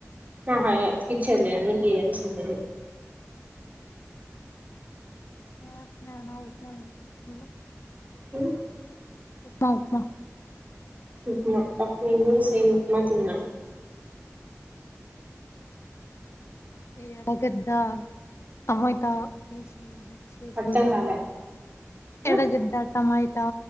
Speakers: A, on the right; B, on the left.
A: అహ అతికిచ్చేది లేదు అన్ని గీయాల్సినయి
B: ఆ నేనా ఉప్మా తిన్ నువ్వు
A: <unintelligible>
B: ఉప్మా ఉప్మా
A: ఉప్మా ఫస్ట్ నేన్ గుడ సేమ్ ఉప్మా తిన్న
B: ఏది అరగద్దా తమ త ఉప్పేసి మిక్స్ చేసి
A: అర్థం కాలే
B: ఎర్రగడ్డ
A: ఆ
B: టమైటా